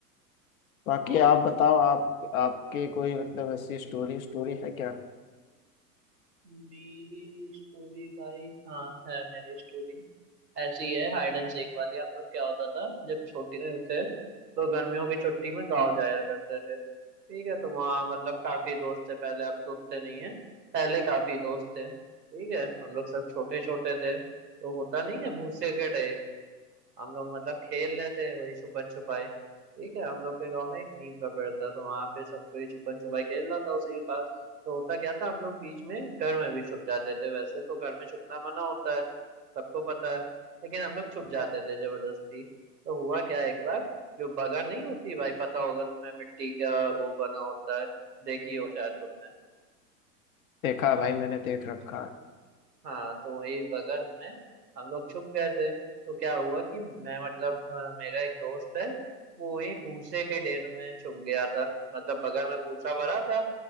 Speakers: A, on the left; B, on the right.
A: बाकी
B: हाँ
A: आप बताओ आप आपके कोई मतलब ऐसी स्टोरी स्टोरी है क्या
B: मेरी स्टोरी भाई हाँ है मेरी स्टोरी ऐसी है हाइड एंड सीक वाली हम लोग क्या होता था जब छोटे थे तो गर्मियों की छुट्टी में गाँव जाया करते थे ठीक है तो वहाँ मतलब काफी दोस्त थे पहले अब तो उतने नहीं है पहले काफी दोस्त थे ठीक है हम लोग सब छोटे छोटे थे तो होता नहीं है भूसे के डे हम लोग मतलब खेल लेते हैं वही छुपन छुपाई ठीक है हम लोग के गांव में एक नीम का पेड़ था तो वहां पे सब कोई छुपन छुपाई खेल रहा था उसी के पास तो होता क्या था हम लोग बीच में घर में भी छुप जाते थे वैसे तो घर में छुपना मना होता है सबको पता है लेकिन हम लोग छुप जाते थे जबरदस्ती तो हुआ क्या एक बार जो बगर नहीं होती भाई पता होगा तुम्हें मिट्टी का वो बना होता है देखी हो शायद तुमने
A: देखा है भाई मैंने देख रखा है
B: हाँ तो वही बगर में हम लोग छुप गए थे तो क्या हुआ कि मैं मतलब अ, मेरा एक दोस्त है वो वही भूसे के ढेर में छुप गया था मतलब बगर में भूसा भरा था